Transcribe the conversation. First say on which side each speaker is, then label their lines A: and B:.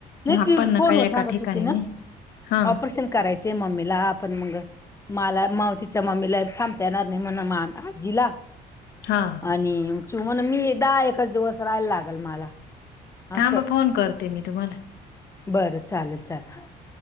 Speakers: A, on the left; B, on the left.
A: त्या
B: नही
A: आप्पांना
B: ती फोनव
A: काय एका
B: सांगत
A: ठिकाणी
B: होती
A: नाही
B: ना
A: हा
B: ऑपरेशन करायच चय मम्मीला. पण मग मलाय माव तिच्या मम्मीलाय थांबता येणार नाही म्हण मा आजीला.
A: हा.
B: आणि चिऊ म्हण मी दहा एकच दिवस राहायला लागल मला. असं
A: थांब फोन करते मी तुम्हाला.
B: बरं चालल चाल. हा,